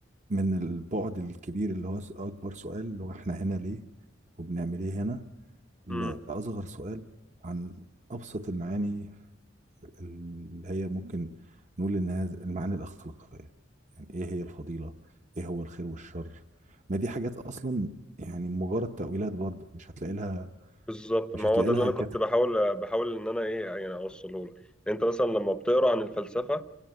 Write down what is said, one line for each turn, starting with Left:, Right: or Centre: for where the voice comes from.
Right: من البعد الكبير اللي هو س- أكبر سؤال اللي هو إحنا هنا ليه وبنعمل إيه هنا لأصغر
Centre: مم.
Right: سؤال عن أبسط المعاني اللي هي ممكن نقول إنها ز- المعاني الأخلاقية يعني إيه هي الفضيلة إيه هو الخير والشر ما دي حاجات أصلا يعني مجرد تأويلات برضو مش هتلاقي لها
Centre: بالظبط
Right: مش
Centre: ما
Right: هتلاقي
Centre: هو ده
Right: لها
Centre: اللي أنا
Right: كت...
Centre: كنت بحاول بحاول إن أنا إيه يعني أوصله لك أنت مثلا لما بتقرأ عن الفلسفة